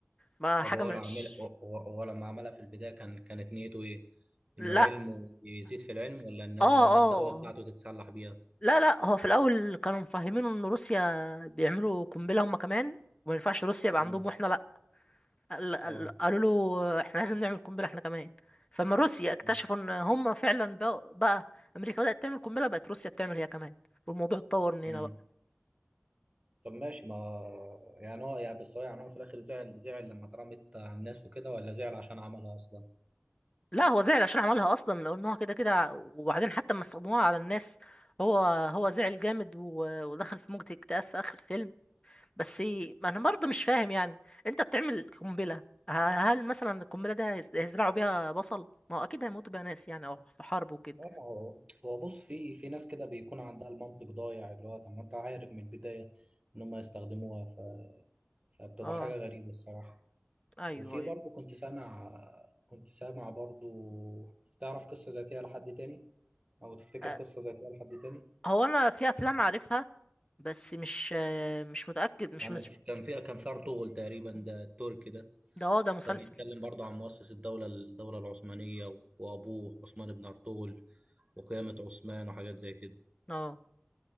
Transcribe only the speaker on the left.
ما
حاجه
مش
لا
اه
اه
لا لا هو في الاول كانوا مفهمينه ان روسيا بيعملوا قنبله هم كمان وما ينفعش روسيا يبقى
عندهم واحنا لا قال- قال-
قالوا له احنا لازم نعمل قنبله احنا كمان فلما روسيا
اكتشفوا ان هم فعلا بقى, بقى امريكا بدات تعمل قنبله بقت روسيا بتعمل هي كمان والموضوع اتطور من
هنا بقى
لا هو زعل عشان عملها اصلا لان هو كده كده وبعدين حتى لما استخدموها على الناس هو هو زعل جامد و- ودخل في موجة اكتئاب في اخر الفيلم بس ما انا برضه مش فاهم يعني انت بتعمل قنبله ه- هل مثلا القنبله ده هيز- هيزرعوا بيها بصل ما هو اكيد هيموتوا بيها ناس يعني او في حرب وكده
اه
ايوه
ايوه
أه،
هو انا في افلام عارفها بس مش آه، مش متاكد مش
مش
ده اه ده مسلسل
اه